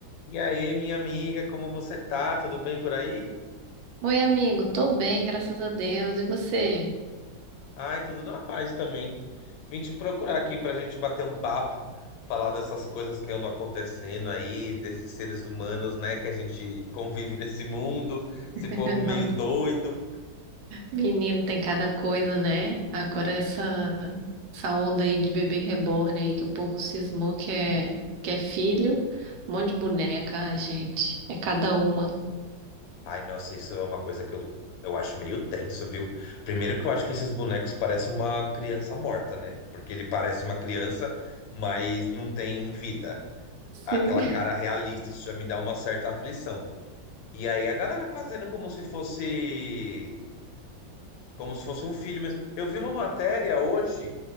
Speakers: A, on the left (about 85°); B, on the right (about 85°).
A: E aí, minha amiga, como você tá? Tudo bem por aí?
B: Oi, amigo, tô bem, graças a Deus. E você?
A: Ai, tudo na paz também. Vim te procurar aqui pra gente bater um papo, falar dessas coisas que andam acontecendo aí, desses seres humanos, né, que a gente convive nesse mundo,
B: <laughs>
A: esse povo
B: Nossa,
A: meio doido.
B: menino, tem cada coisa, né? Agora essa, essa onda aí de bebê reborn aí que o povo cismou que é, que é filho, um monte de boneca, ai, gente, é cada uma.
A: Ai, nossa, isso é uma coisa que eu, eu acho meio tenso, viu? Primeiro que eu acho que esses bonecos parecem uma criança morta, né? Porque ele parece uma criança, mas não tem vida.
B: Sim.
A: Aquela cara realista, isso já me dá uma certa aflição. E aí a galera fazendo como se fosse, como se fosse um filho mesmo. Eu vi uma matéria hoje